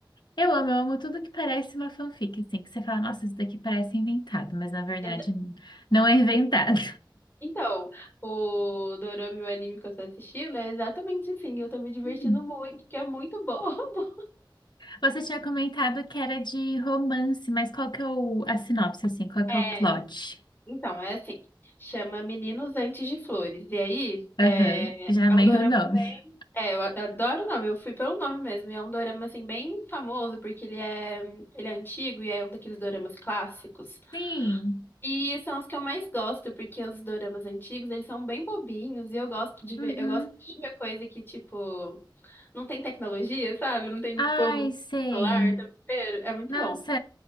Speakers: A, on the left; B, on the left.
A: Eu amo, eu amo tudo que parece uma fanfic, assim, que você fala, nossa, isso daqui parece inventado, mas na verdade
B: Exa-
A: não é inventado.
B: Então, o dorama e o anime que eu tô assistindo é exatamente assim. Eu tô me divertindo
A: <laughs>
B: muito, porque é muito bobo.
A: Você tinha comentado que era de romance, mas qual que é o, a sinopse, assim? Qual
B: <laughs>
A: que é o plot?
B: Então, é assim, chama Meninos Antes de Flores. E aí, é,
A: Aham, já
B: é
A: amei
B: um dorama
A: o nome.
B: bem. É, eu a- adoro o nome, eu fui pelo nome mesmo. E é um dorama, assim, bem famoso, porque ele é, ele é antigo e é um daqueles doramas clássicos.
A: <laughs> Sim.
B: E são os que eu mais gosto, porque os doramas antigos, eles são bem bobinhos. E eu gosto de ver,
A: Uhum.
B: eu gosto de ver coisa que, tipo, não tem tecnologia, sabe? Não tem o
A: Ai,
B: povo no
A: sei.
B: celular o tempo inteiro. É muito
A: Nossa,
B: bom.